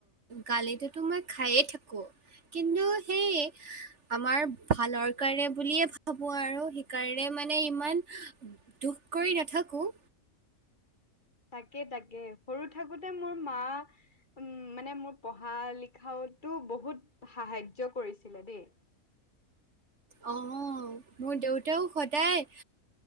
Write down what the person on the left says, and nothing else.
তাকে, তাকে। সৰু থাকোতে মোৰ মা উম, মানে মোৰ পঢ়া লিখাওতো বহুত সাহাৰ্য কৰিছিলে দেই।